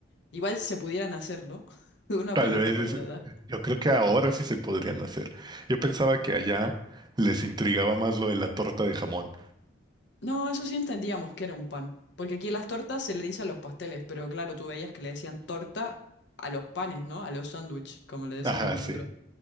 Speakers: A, on the left; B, on the right.
A: Igual se pudieran hacer, ¿no? <laughs>
B: <laughs>
A: Una
B: Tal
A: pelota
B: vez,
A: cuadrada.
B: yo creo que ahora sí se podrían hacer. Yo pensaba que allá les intrigaba más lo de la torta de jamón.
A: No, eso sí entendíamos que era un pan, porque aquí las tortas se le dice a los pasteles, pero claro, tú veías que le decían torta a los panes, ¿no? A los sándwiches, como
B: <laughs>
A: le decimos
B: Ajá,
A: nosotros.
B: sí,